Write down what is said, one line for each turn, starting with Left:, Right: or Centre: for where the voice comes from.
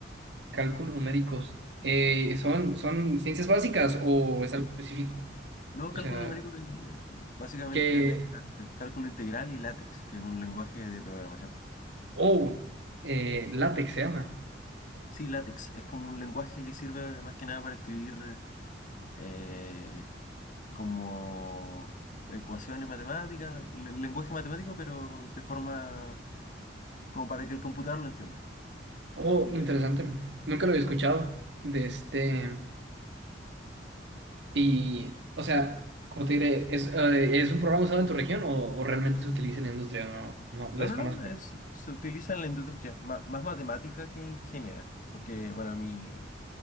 Right: Cálculos numéricos. Eh, ¿son, son ciencias básicas o es algo específico?
Left: No,
Right: O
Left: cálculo
Right: sea,
Left: numérico eh, básicamente
Right: que...
Left: mezcla cálculo integral y LaTeX, que es un lenguaje de programación.
Right: Oh, eh, látex se llama.
Left: Sí, LaTeX es como un lenguaje que sirve más que nada para escribir eh, como ecuaciones matemáticas, le- lenguaje matemático, pero de forma como para que el computador lo entienda.
Right: Oh,
Left: ¿Entiendes?
Right: interesante. Nunca lo había escuchado. De este... Y, o sea, como te diré, ¿es, eh, ¿es un programa usado en tu región o, o realmente se utiliza en la industria? No, no,
Left: No,
Right: lo desconozco.
Left: no, no, es, se utiliza en la industria, ma- más, matemática que ingeniera, porque bueno, mi,